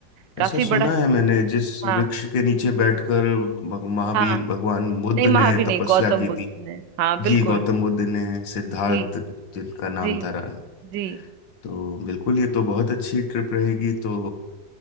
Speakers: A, on the right; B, on the left.
A: काफी
B: ऐसा सुना
A: बड़ा
B: है मैंने जिस
A: हाँ
B: वृक्ष के नीचे बैठकर भग- महावीर
A: हाँ
B: भगवान बुद्ध
A: नहीं
B: ने
A: महावीर नहीं
B: तपस्या
A: गौतम
B: की
A: बुद्ध
B: थी
A: ने हाँ बिल्कुल
B: जी गौतम बुद्ध ने सिद्धार्थ
A: जी
B: जिनका नाम
A: जी
B: था रहा
A: जी
B: तो बिल्कुल ये तो बहुत अच्छी ट्रिप रहेगी तो